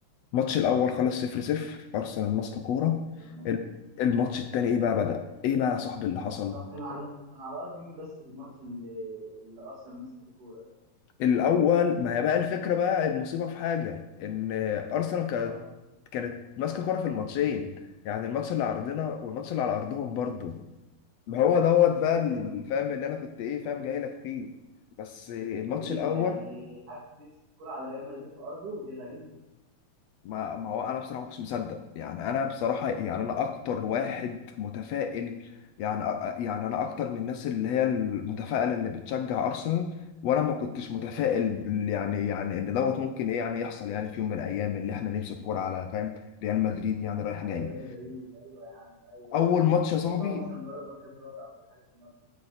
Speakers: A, on the left (about 75°); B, on the right (about 70°).
A: الماتش الاول خلص 0 0 ارسنال ماسكه كوره
B: تمام
A: ال- الماتش التاني ايه بقى بدأ ايه بقى يا صاحبي اللي حصل
B: طب كان على كان على ارض مين بس الماتش اللي اللي ارسنال ماسكة فيه كورة ده؟
A: الاول ما هي بقى الفكره بقى المصيبه في حاجه ان ارسنال كانت
B: اه
A: كانت ماسكه كوره في الماتشين يعني الماتش اللي على ارضنا والماتش اللي على ارضهم برضه ما هو دوت بقى
B: جامد
A: الفهم اللي انا كنت ايه
B: غريبة
A: فاهم جاي لك فيه بس الماتش
B: غريبة
A: الاول
B: يعني حد بيمسك كورة على ريال مدريد في ارضه دي غريبة
A: ما ما هو انا بصراحه ما كنتش مصدق يعني انا بصراحه يعني انا اكتر واحد متفائل يعني أ- يعني انا اكتر من الناس اللي هي المتفائله اللي بتشجع ارسنال وانا ما كنتش متفائل
B: اه
A: بال- يعني يعني ان دوت ممكن ايه يعني يحصل يعني في يوم من الايام اللي احنا نمسك كوره على فاهم ريال مدريد يعني رايح
B: على
A: جاي
B: ريال مدريد ايوه يا عم ايوه
A: اول
B: يا عم
A: ماتش يا صاحبي
B: تطلعوا مثلا بره مركز رابع ولا حاجه في مره